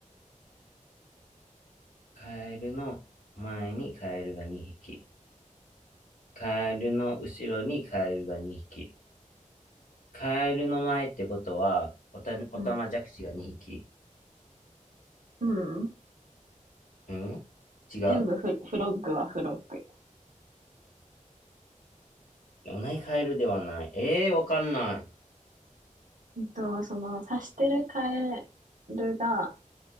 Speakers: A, on the left; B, on the right.
A: カエルの前にカエルが2匹。カエルの後ろにカエルが2匹。カエルの前ってことは、おた、おたまじゃくしが2匹。
B: う。うん。うん。
A: ん違う
B: 全部フ、フロッグはフロッグ。
A: お前イカエルではない。ええー、わかんない。
B: えっと、その、刺してるカエルが